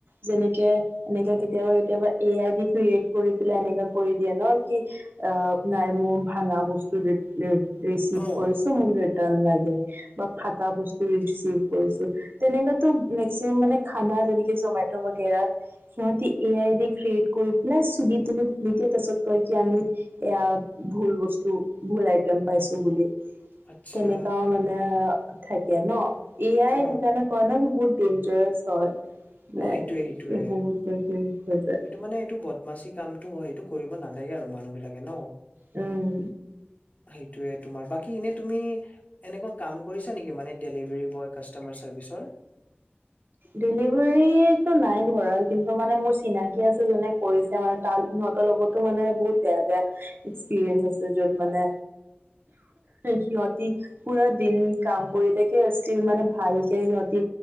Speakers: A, on the right; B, on the left.
A: যেনেকে এনেকে কেতিয়াবা কেতিয়াবা এ আই ডি ক্ৰিয়েট কৰি পেলাই এনেকা কৰি দিয়ে ন। কি অঁ নাই মোৰ ভাঙা বস্তু ৰিচিভ
B: অ
A: কৰিছো মোক ৰিটাৰ্ণ লাগে। বা ফাটা বস্তু টো ৰিচিভ কৰিছো, তেনেকাতো মেক্সিমাম মানে খানা যেনেকে জ'মেটো বাগেৰাত, সিহঁতি এ আই ক্ৰিয়েট কৰি পেলাই চুলি তুলি খুলি দিয়ে, তাৰপাছত কয় যে আমি এয়া ভুল বস্তু ভুল আইটেম পাইছো বুলি।
B: আচ্ছা
A: তেনেকাও মানে থা কেন'? এয়াই
B: অ
A: সেইকাৰণে কয় ন সি বহুত ডেঞ্জাৰেছ হয়। ম
B: অ সেইটোয়ে সেইটোয়ে
A: এই বহুত হৈ যায়
B: সেইটো মানে এইটো বদমাচি কামটো হয় সেইটো কৰিব নালাগে আৰু মানুহ বিলাকে ন?
A: উম।
B: সেইটোৱে তোমাৰ বাকী এনে তুমি, এনেকুৱা কাম কৰিছা নেকি, মানে ডেলিভাৰী বয় কাষ্টমাৰ চাৰ্ভিচৰ?
A: ডেলিভাৰীটো নাই কৰা কিন্তু মানে মোৰ চিনা থিকে আছে। যোনে কৰিছে মানে, সিহঁতৰ লগতো মানে, বহুত বেয়া, বেয়া এক্সপিৰিয়েনচ আছে। য'ত মানে, সিহঁতি পুৰা দিন কাম কৰি থাকে, ইচতিল মানে, ভালকে সিহঁতি